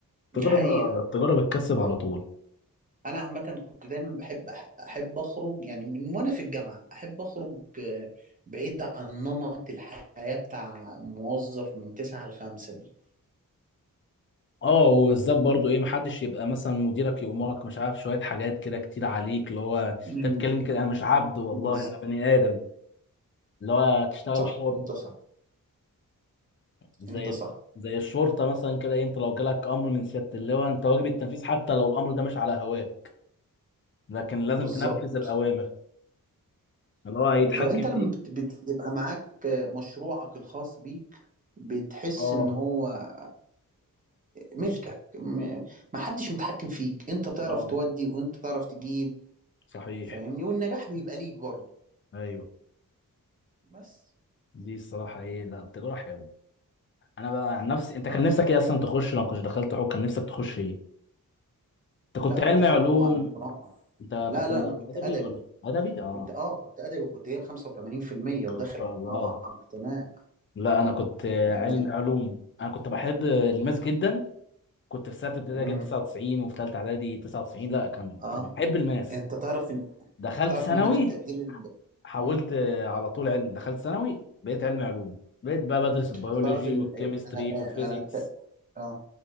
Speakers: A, on the right (about 25°); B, on the left (about 35°).
A: دي
B: التجارة
A: حقيقة
B: التجارة بتكسب على طول
A: انا عامة كنت دايما بحب أح- احب اخرج يعني من وانا في الجامعة احب اخرج آه، بعيد عن نمط الحياة بتاع موظف من تسعة لخمسة دي
B: اه وبالذات برضو ايه محدش يبقى مثلا مديرك يأمرك مش عارف شويه حاجات كده كتير عليك اللي هو
A: أمم،
B: انت بتتكلمني كده انا مش عبد والله
A: بالظبط
B: انا بني ادم اللي هو تشتغل
A: صح
B: حر
A: انت صح
B: زي
A: انت صح
B: زي الشرطه مثلا كده إيه، انت لو جالك امر من سياده اللواء انت واجب التنفيذ حتى لو الامر ده مش على هواك لكن لازم
A: بالظبط
B: تنفذ الاوامر اللي هو هيتحكم
A: بالظبط انت
B: فيك
A: لما بت- بتبقى معاك مشروعك الخاص بيك بتحس
B: اه
A: ان هو ملكك م- محدش متحكم فيك انت تعرف
B: اه
A: تودي وانت تعرف تجيب
B: صحيح
A: فاهمني والنجاح بيبقى ليك برضه
B: ايوه
A: بس
B: دي الصراحه ايه لا التجاره حلوه انا بقى عن نفسي انت
A: اه
B: كان نفسك ايه اصلا تخش لو كنتش دخلت حقوق كان نفسك تخش ايه؟ انت كنت
A: لا
B: علمي
A: انا داخل
B: علوم
A: حقوق عن اقتناع
B: انت
A: لا
B: كنت
A: لا
B: ادبي
A: انا كنت ادبي
B: ولا ادبي اه
A: كنت اه كنت ادبي وكنت جايب 85% وداخل
B: ما شاء الله
A: حقوق عن اقتناع
B: لا انا كنت
A: فاهمني
B: علمي علوم انا كنت بحب الماس جدا كنت في سنه ابتدائي
A: امم
B: جايب 99 وفي ثالثه اعدادي 99 لا كنت
A: اه
B: بحب الماس
A: انت تعرف ان
B: دخلت
A: انت تعرف
B: ثانوي
A: ان انا التقدير ال...
B: حولت
A: مم.
B: على طول علم دخلت ثانوي بقيت علمي علوم بقيت بقى بدرس البيولوجي
A: انت تعرف ان
B: والكيمستري
A: انا
B: والفيزيكس
A: انا الت... اه